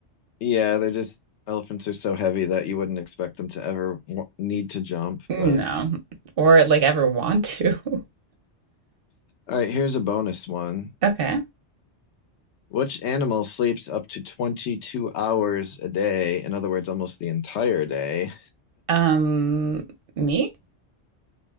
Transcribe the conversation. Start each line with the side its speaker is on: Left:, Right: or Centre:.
Left: Yeah. They're just elephants are so heavy that you wouldn't expect them to ever w- need to jump. But
Right: No, or, like, ever want to. <laughs>
Left: all right, here's a bonus one.
Right: Okay.
Left: Which animal sleeps up to 22 hours a day? In other words, almost the entire day.
Right: Um, me?